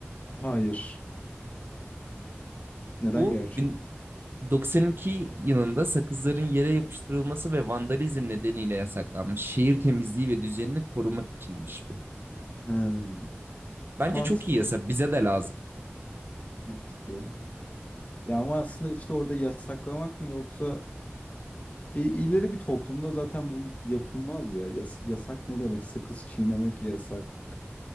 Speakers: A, on the left; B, on the right.
A: Hayır. Neden
B: Bu
A: gerçek?
B: 92 yılında sakızların yere yapıştırılması ve vandalizm nedeniyle yasaklanmış. Şehir temizliği ve düzenini korumak içinmiş bu.
A: Hmm.
B: Bence
A: Mantıklı.
B: çok iyi yasa. Bize de lazım.
A: Mantıklı. Ya ama aslında işte orada yasaklamak mı yoksa E, ileri bir toplumda zaten bu yapılmaz ya. Yas- yasak ne demek? Sakız çiğnemek yasak.